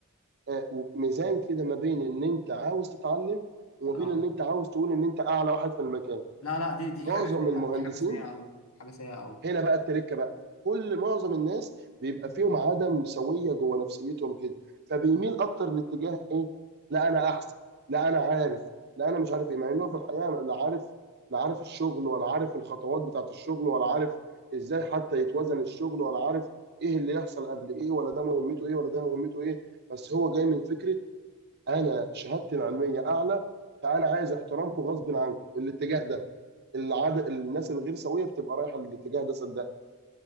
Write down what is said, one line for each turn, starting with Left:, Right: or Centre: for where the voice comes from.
Right: آه، ميزان كده ما بين ان انت عاوز تتعلم وما
Left: أه
Right: بين ان انت عاوز تقول ان انت اعلى واحد في المكان
Left: لا لا دي دي
Right: معظم
Left: حاجة سيئة
Right: المهندسين
Left: دي حاجة سيئة أوي حاجة سيئة أوي
Right: هنا بقى التركه بقى كل معظم الناس بيبقى فيهم عدم سويه جوه نفسيتهم كده فبيميل اكتر لاتجاه ايه لا انا احسن لا انا عارف لا انا مش عارف ايه مع انه في الحقيقه لا عارف لا عارف الشغل ولا عارف الخطوات بتاعت الشغل ولا عارف ازاي حتى يتوزن الشغل ولا عارف ايه اللي يحصل قبل ايه ولا ده مهمته ايه ولا ده مهمته ايه بس هو جاي من فكره انا شهادتي العلميه اعلى فانا عايز احترامكم غصب عنكم الاتجاه ده العدد الناس الغير سويه بتبقى رايحه للاتجاه ده صدقني